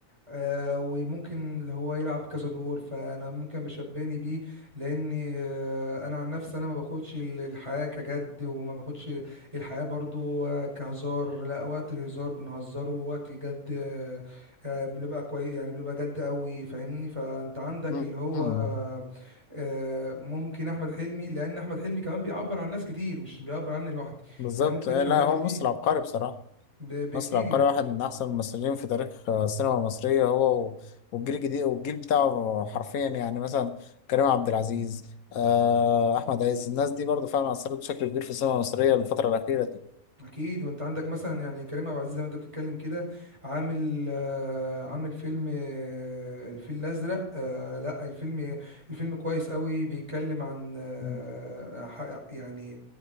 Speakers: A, on the right; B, on the left.
A: آه، وممكن اللي هو يلعب كذا دور فانا ممكن بشبهني بيه لان آه، انا عن نفسي انا ما باخدش ال- الحياه كجد وما باخدش الحياه برضو آه، كهزار لا وقت الهزار بنهزره ووقت الجد آه، آه، بنبقى كويس يعني بنبقى جد قوي فاهمني فانت عندك
B: مم.
A: اللي هو
B: امم
A: آه، ممكن احمد حلمي لان احمد حلمي كمان بيعبر عن ناس كتير مش بيعبر عني لوحدي
B: بالظبط
A: يعني ممكن
B: آه،
A: يمشي
B: لا
A: على حد
B: هو
A: كتير
B: مصر عبقري بصراحة
A: ب- بكتير
B: مصر عبقري
A: يعني
B: واحد من أحسن الممثلين في تاريخ آه، السينما المصرية هو و- والجيل الجديد والجيل بتاعه حرفيا يعني مثلا كريم عبد العزيز آه، أحمد عز الناس دي برضو فعلا أثرت بشكل كبير في السينما المصرية الفترة الأخيرة دي
A: اكيد وانت عندك مثلا يعني كريم عبد العزيز زي ما انت بتتكلم كده عامل آه، عامل فيلم آه، الفيل الازرق آه، لا الفيلم الفيلم كويس قوي بيتكلم عن آه،
B: مم.
A: ح- يعني